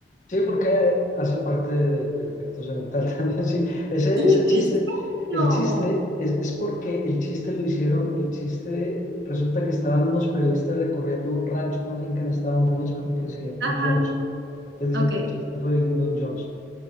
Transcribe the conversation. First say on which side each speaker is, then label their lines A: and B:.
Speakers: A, on the left; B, on the right.
A: sí, porque hace parte del, del efecto semental <laughs> también, sí. Ese
B: ¿Y
A: es el chiste.
B: en serio?
A: El chiste es, es porque el chiste lo hicieron, el chiste resulta que estaban unos periodistas recorriendo un rancho, una finca en Estados Unidos con el presidente
B: Ajá,
A: Johnson. Ellos dicen
B: ok,
A: que el chiste fue de Lyndon Johnson.